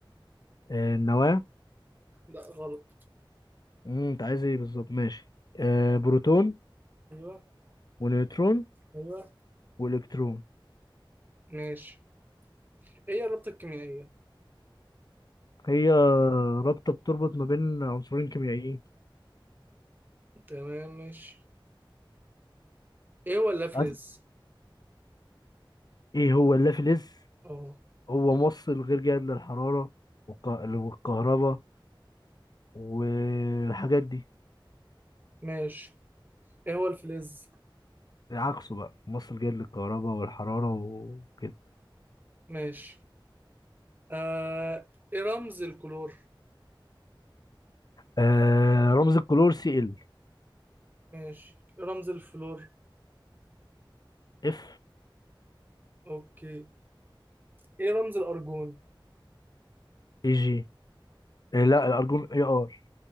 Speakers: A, on the left; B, on the right.
A: آه، النواة
B: لا غلط
A: مم، انت عايز ايه بالظبط ماشي آه بروتون
B: أيوه
A: ونيوترون
B: أيوه
A: والكترون
B: ماشي ايه هي الرابطة الكيميائية
A: هي رابطه بتربط ما بين عنصرين كيميائيين
B: تمام ماشي ايه هو اللافلز
A: عارف ايه هو اللافلز
B: اه
A: هو موصل غير جيد للحراره والك- والكهرباء والحاجات دي
B: ماشي ايه هو الفلز
A: عكسه بقى موصل جيد للكهرباء والحراره وكده
B: ماشي آه ايه رمز الكلور
A: آه رمز الكلور سي ال
B: ماشي ايه رمز الفلور
A: اف
B: اوكي ايه رمز الأرجون
A: اي جي آه لا الارجون اي ار